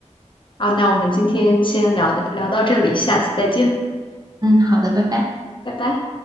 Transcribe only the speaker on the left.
好，那我们今天先聊的聊到这里，下次再见，
拜拜。